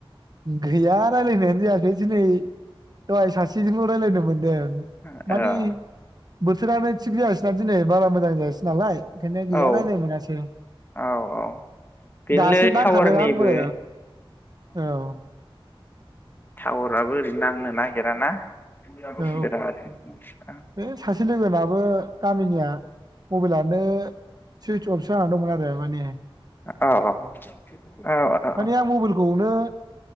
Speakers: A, on the right; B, on the left.
A: गैया रायलायनायानो जायाखै दिनै दहाय सासेजोंल' रायलायनो मोनदों
B: ए
A: माने बोथोरानो थिग जायासैना दिनै बारा मोजां जायासै नालाय बेखनो गैया
B: ओ
A: रायलायनो मोनासै
B: औ औ बेनोलै
A: दासो दांखादों
B: टावारनिबो
A: आंबो औ
B: टावराबो ओरैनो नांनो नागिराना ज
A: औ
B: थाखा <unintelligible>
A: बे सासे लोगोनाबो गामिनिया मबाइलानो सुइस अफसो। दंमोन आरो माने
B: औ औ औ औ
A: मानि आं मबाइलखौनो